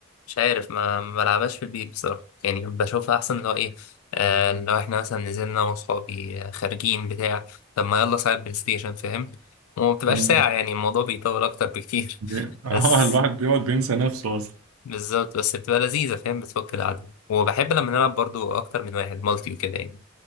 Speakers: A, on the left; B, on the right.
A: مش عارف ما ما بلعبهاش في البيت بصراحه يعني بشوفها احسن لو ايه آه، لو احنا مثلا نزلنا أنا واصحابي آه، خارجين بتاع طب ما يلا ساعه بلاي ستيشن فاهم وما بتبقاش
B: مم.
A: ساعه يعني الموضوع بيطول اكتر بكتير
B: بي-
A: <laughs>
B: اه
A: بس
B: الواحد بيقعد بينسى نفسه أصلا
A: بالظبط بس بتبقى لذيذه فاهم بتفك القعده وبحب لما نلعب برضو اكتر من واحد مالتي وكده يعني